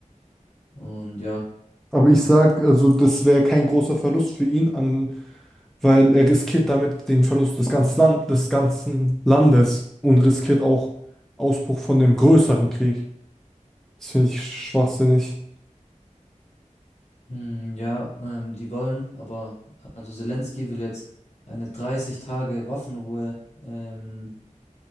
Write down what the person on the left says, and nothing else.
und ja,
hm, ja, ähm, die wollen, aber also Zelensky will jetzt eine 30 Tage Waffenruhe ähm,